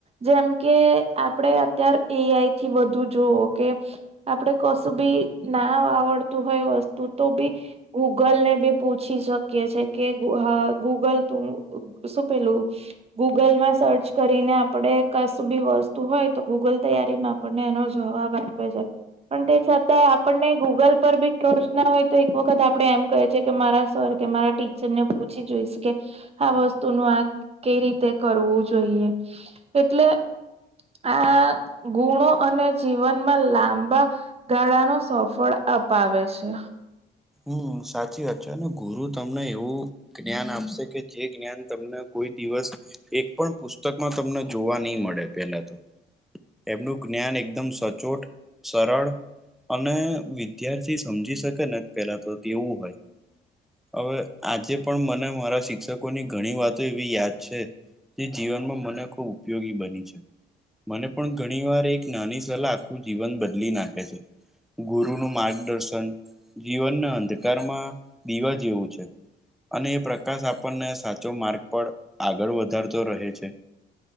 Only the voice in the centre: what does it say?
હમ સાચી વાત છે ગુરુ તમને એવું જ્ઞાન આપશે કે જે જ્ઞાન તમને કોઈ દિવસ એક પણ પુસ્તકમાં તમને જોવા નહી મળે પેલા તો એમનું જ્ઞાન એકદમ સચોટ સરળ અને વિદ્યાર્થી સમજી શકે ને પેલા તો તેવું હોય. હવે આજે પણ મને મારા શિક્ષકોની ઘણી વાતો એવી યાદ છે જે જીવનમાં મને ખૂબ ઉપયોગી બની છે. મને પણ ઘણીવાર એક નાની સલાહ આખું જીવન બદલી નાખે છે. ગુરુનું માર્ગદર્શન જીવનના અંધકારમાં દીવા જેવું છે. અને એ પ્રકાશ આપણને સાચો માર્ગ પર આગળ વધારતો રહે છે.